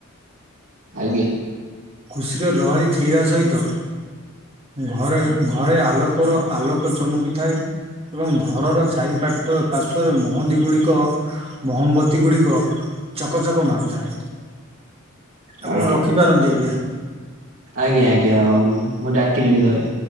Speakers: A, on the right; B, on the right.
A: ଆଜ୍ଞା।
B: ଖୁସିର ଲହରୀ ଖେଳିବା ସହିତ ଘରେ ଘରେ ଆଲୋକର, ଆଲୋକ ଚମକିଥାଏ। ଏବଂ ଘରର ଚାରିପାଟ ପାର୍ଶ୍ଵରେ ମହନ୍ଦି ଗୁଡିକ, ମୋହମବତୀ ଗୁଡିକ ଚକ ଚକ ମାରୁଥାଏ। ଆପଣ
A: ଆଜ୍ଞା ଆଜ୍ଞା
B: ରଖିପାରନ୍ତି ଆଜ୍ଞା।
A: ଆଜ୍ଞା, ଆଜ୍ଞା। ଆଉ ମୁଁ ଡାକିଲିଣି ଘରେ।